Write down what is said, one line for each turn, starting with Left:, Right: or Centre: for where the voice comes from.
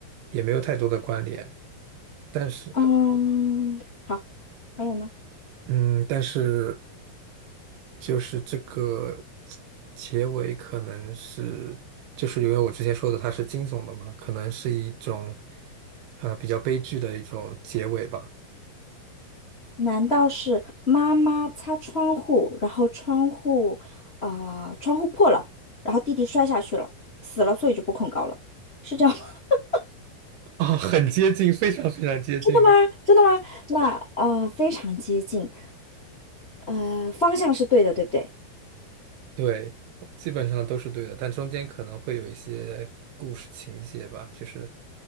Right: 也没有太多的关联。但是，
Left: 嗯，好，还有呢？
Right: 嗯，但是就是这个结尾可能是，就是因为我之前说的它是惊悚的嘛，可能是一种呃比较悲剧的一种结尾吧。
Left: 难道是妈妈擦窗户，然后窗户，呃，窗户破了，然后弟弟摔下去了，死了，所以就不恐高了，是这样吗？<laughs>
Right: 啊，很接近，非常非常接近了。
Left: 真的吗？真的吗？那呃，非常接近，呃，方向是对的，对不对？
Right: 对，基本上都是对的，但中间可能会有一些故事情节吧，就是